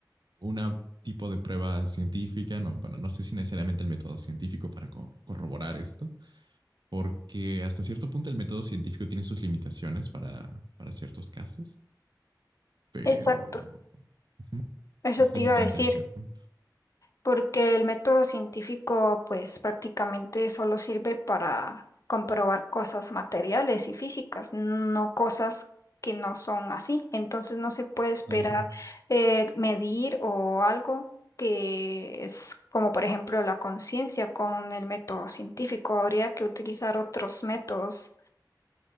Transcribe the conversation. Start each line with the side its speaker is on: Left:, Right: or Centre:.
Right: una tipo de prueba científica, no, bueno, no sé si necesariamente el método científico para co- corroborar esto, porque hasta cierto punto el método científico tiene sus limitaciones para, para ciertos casos, pero
Left: Exacto,
Right: ujú,
Left: eso
Right: es
Left: te
Right: limitante
Left: iba a decir,
Right: en cierto punto.
Left: porque el método científico pues prácticamente solo sirve para comprobar cosas materiales y físicas, no cosas que no son así. Entonces no se puede esperar
Right: Ajá,
Left: eh, medir o algo que es como por ejemplo la conciencia con el método científico. Habría que utilizar otros métodos.